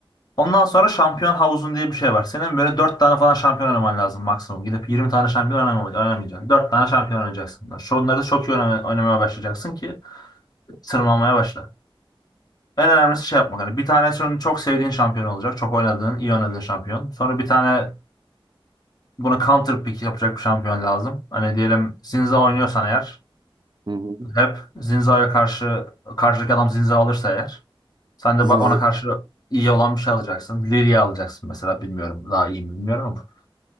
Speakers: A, on the left; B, on the right.
A: Ondan sonra şampiyon havuzun diye bir şey var. Senin böyle 4 tane falan şampiyon oynaman lazım maksimum. Gidip 20 tane şampiyon oynamam- oynamayacaksın. 4 tane şampiyon oynayacaksın. Şunları da çok iyi oynamaya, oynamaya başlayacaksın ki tırmanmaya başla. En önemlisi şey yapmak. Hani bir tane senin çok sevdiğin şampiyon olacak. Çok oynadığın, iyi oynadığın şampiyon. Sonra bir tane buna counter pick yapacak bir şampiyon lazım. Hani diyelim Zinza oynuyorsan eğer
B: Hı hı.
A: hep Zinza'ya karşı karşıdaki adam Zinza alırsa eğer sen de ba-
B: Ziz-
A: ona karşı iyi olan bir şey alacaksın. Liria alacaksın mesela bilmiyorum daha iyi mi bilmiyorum ama.